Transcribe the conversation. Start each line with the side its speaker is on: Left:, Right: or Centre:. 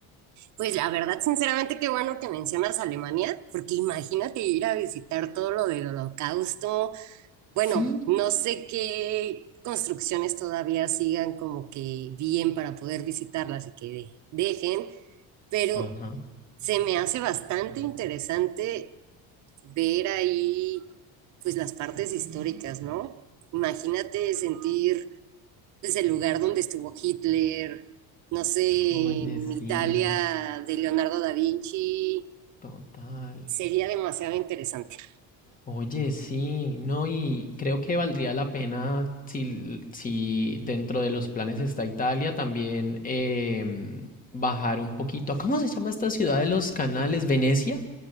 Right: Pues la verdad, sinceramente, qué bueno que mencionas Alemania, porque imagínate ir a visitar todo lo del Holocausto. Bueno,
Left: Sí.
Right: no sé qué construcciones todavía sigan como que bien para poder visitarlas y que de- dejen, pero
Left: Ajá.
Right: se me hace bastante interesante ver ahí pues las partes históricas, ¿no? Imagínate sentir es el lugar donde estuvo Hitler, no sé,
Left: Oye,
Right: en Italia
Left: sí,
Right: de Leonardo da Vinci,
Left: total.
Right: sería demasiado interesante.
Left: Oye, sí, no, y creo que valdría la pena si, si dentro de los planes está Italia también em, bajar un poquito a, ¿cómo se llama esta ciudad de los canales? ¿Venecia?